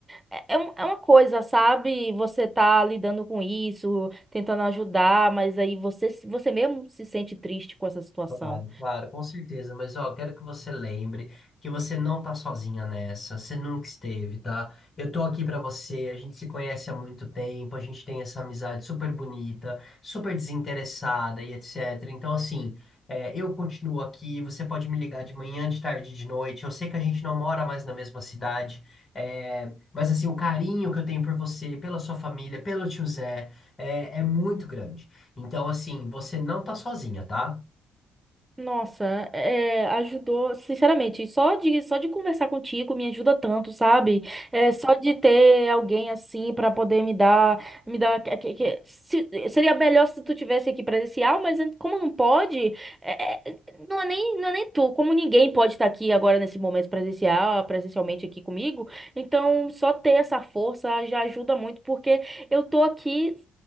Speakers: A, on the right (about 15°); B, on the left (about 30°).
A: é, é um- é uma coisa, sabe? Você tá lidando com isso, tentando ajudar, mas aí você, se- você mesmo se sente triste com essa situação.
B: Claro, claro, com certeza. Mas ó, quero que você lembre que você não tá sozinha nessa. Você nunca esteve, tá? Eu tô aqui pra você. A gente se conhece há muito tempo. A gente tem essa amizade super bonita, super desinteressada e etc. Então, assim, é, eu continuo aqui. Você pode me ligar de manhã, de tarde, de noite. Eu sei que a gente não mora mais na mesma cidade, é, mas assim, o carinho que eu tenho por você, pela sua família, pelo tio Zé, é, é muito grande. Então, assim, você não tá sozinha, tá?
A: Nossa, é, ajudou, sinceramente, só de, só de conversar contigo me ajuda tanto, sabe? É, só de ter alguém assim pra poder me dar, me dar, que- que- que- se- seria melhor se tu tivesse aqui presencial, mas como não pode, é, é, não é nem, não é nem tu, como ninguém pode estar aqui agora nesse momento presencial, presencialmente aqui comigo, então só ter essa força já ajuda muito, porque eu tô aqui